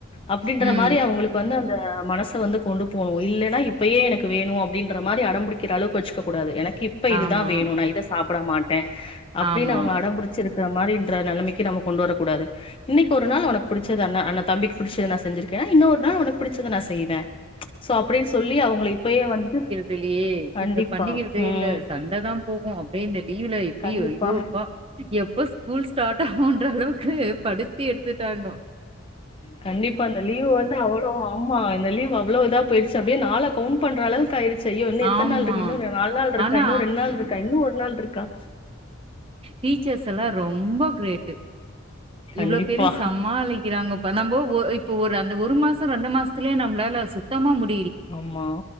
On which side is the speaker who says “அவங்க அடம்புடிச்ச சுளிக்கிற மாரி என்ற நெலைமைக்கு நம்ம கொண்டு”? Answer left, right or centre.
Left